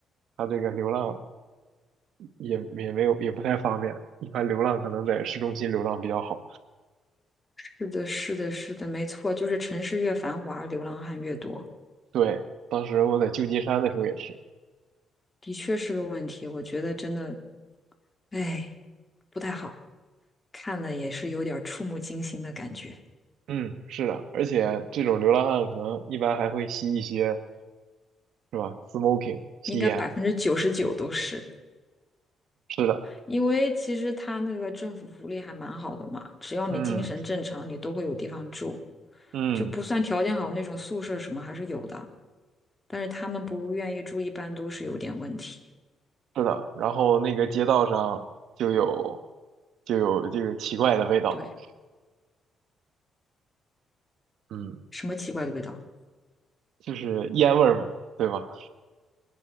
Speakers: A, on the right (about 80°); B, on the left (about 20°).
A: 他这个流浪也也没有也不太方便。一般流浪可能在市中心流浪比较好。
B: 是的，是的，是的，没错，就是城市越繁华，流浪汉越多，
A: 对，当时我在旧金山的时候也是，
B: 的确是个问题。我觉得真的，哎，不太好，看了也是有点儿触目惊心的感觉。
A: 嗯，是的，而且这种流浪汉可能一般还会吸一些是吧，smoking 吸烟，
B: 应该百分之九十九都是，
A: 是的，
B: 因为其实他那个政府福利还蛮好的嘛，只要你精神正常，
A: 嗯。
B: 你都会有地方住，
A: 嗯，
B: 就不算条件好那种宿舍什么还是有的。但是他们不愿意住，一般都是有点问题。
A: 是的，然后那个街道上就有就有这个奇怪的味道，
B: 对，
A: 嗯，
B: 什么奇怪的味道？
A: 就是烟味儿嘛，对吧？